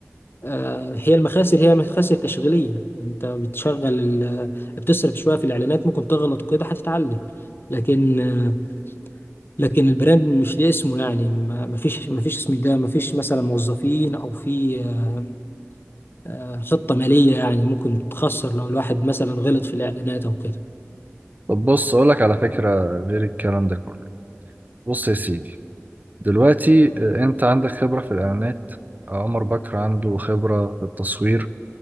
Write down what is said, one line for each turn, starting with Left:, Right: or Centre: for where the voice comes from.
Left: آه، هي المخاسر هي مخاسر تشغيلية انت بتشغل ال- بتصرف شوية في الاعلانات ممكن تغلط وكده هتتعلم لكن آه، لكن البراند مش ليه اسمه يعني ما ما فيش ما فيش اسم ده ما فيش مثلا موظفين او في آه، آه، خطة مالية يعني ممكن تخسر لو الواحد مثلا غلط في الاعلانات او كده
Right: طب بص اقولك على فكره غير الكلام ده كله بص يا سيدي دلوقتي آه، انت عندك خبره في الاعلانات آه، عمر بكر عنده خبره في التصوير